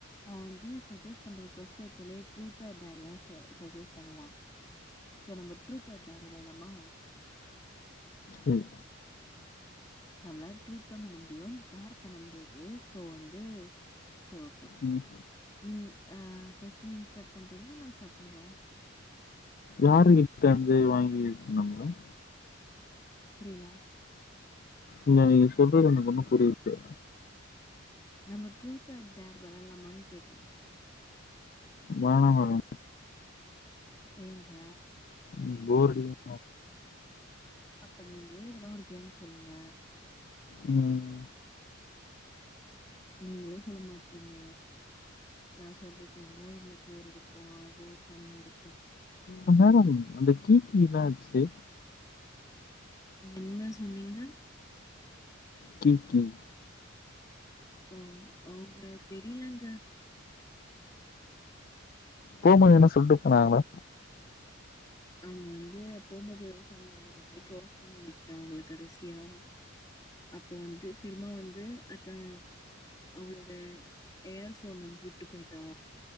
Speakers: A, on the left; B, on the left.
A: அவ வந்து சஜஸ் பண்றது ஃபஸ்ட் எடுத்தோனே ட்ரூத் ஆர் டேர்லா ச சஜெஸ்ட் பண்ணுவா சோ நம்ம ட்ரூத் ஆர் டேர் வெளாட்லாமா
B: ம்
A: நம்மள ட்ரூத்தா பண்ண முடியு டேர் பண்ண முடியாது சோ வந்து சோ ஓகே
B: ம்.
A: நீங் ஆ ஃபஸ்ட்டு நீங்க ஸ்டார்ட் பண்றிங்ளா நா ஸ்டார்ட் பண்ணவா
B: வார்னிட்டருந்து வாங்கி யூஸ் பண்ண மேடம்
A: புரியல.
B: இல்ல நீங்க சொல்றது எனக்கு ஒன்னு புரியல
A: நம்ம ட்ரூத் ஆர் டேர் வெளாட்லாமான் கேட்டே
B: வேணா வேணா
A: ஏங்க
B: ம் போர் அடிக்கு
A: அப்ப நீங்களே எதனா ஒரு கேம் சொல்லுங்க
B: ம்
A: நீங்களு சொல்ல மாட்றீங்க நா சொல்ற கேமயு இல்ல போர் அடிக்கு அது ஃபன்னா இருக்கு
B: ஆ மேடம் அந்த கிளிக்கு என்னாச்சு
A: என்ன சொன்னீங்க
B: கிளி கிளி
A: ம் அவுங்க தெரியலங்க
B: போம்போது எதனா சொல்ட்டுப் போனாங்ளா
A: அவுங்க வந்து போம்போது எதோ சொன்னே நாப் போய் க்ளோஸ் பண்ணி விட்டே அவுங்களக் கடைசியா அப்போ வந்து திருமா வந்து அதா அவளோட ஏர் ஃபோன் வந்து விட்டு போயிட்டா